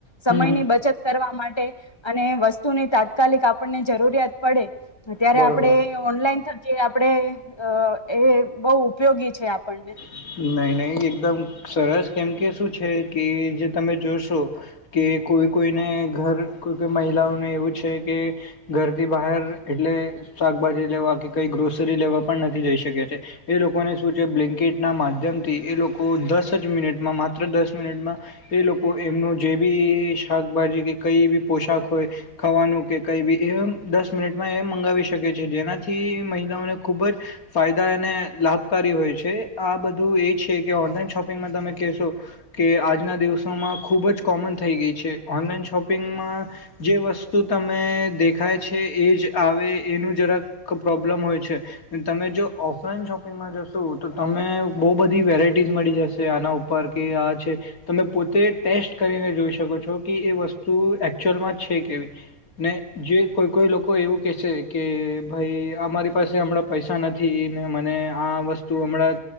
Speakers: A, on the left (about 20°); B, on the left (about 75°).
A: સમયની
B: હમ.
A: બચત, કરવા માટે અને વસ્તુની તાત્કાલિક આપ પાને જરૂરિયાત, પડે અત્યારે,
B: બરોબર
A: આપણે ઓનલાઈન થ કે આપડે અ એ બહુ ઉપયોગી છે, આપણને
B: નહી નહી એકદમ સરસ કેમ કે શું છે કે જે તમે જોશો કે કોઈ કોઈને ઘર કોઈ કોઈ મહિલાઓને એવું છે, કે ઘરથી બહાર એટલે શાકભાજી લેવા કે કઈ ગ્રોસરી લેવા પણ નથી જઈ શકે છે, એ લોકોને શું છે, બલિંકિત. ના માધ્યમથી એ લોકો દસ જ મિનિટમા માત્ર દસ મિનિટમા એ લોકો એમનું જે બી શાકભાજી કે કઈ બી પોશાક હોય, ખાવાનું કે કઈ બી એ દસ મિનિટમાં એ મંગાવી શકે છે, જેનાથી મહિલાઓને ખૂબજ ફાયદા અને લાભકારી હોય છે. આ બધું એ છે, કે ઓનલાઈન શોપિંગમાં તમે કહેશો કે આજના દિવસોમાં ખૂબજ કોમન થઈ ગઈ છે, ઓનલાઈન શોપિંગમાં જે વસ્તુ તમે દેખાય છે, એ જ આવે એનું જરાક પ્રોબ્લમ હોય છે, તમે જો ઓફલાઈન શોપિંગમાં જશો તો તમે બહુ બધી વેરાયટીઝ મળી જશે આના ઉપર કે આ છે, તમે પોતે ટેસ્ટ કરીને જોઈ શકો છો, કે એ વસ્તુ એકચ્યુઅલમાં છે, કેવી ને જે કોઈ કોઈ લોકો એવું કહેશે કે ભાઈ અમારી પાસે હમણાં પૈસા નથી, ને મને આ વસ્તુ હમણાં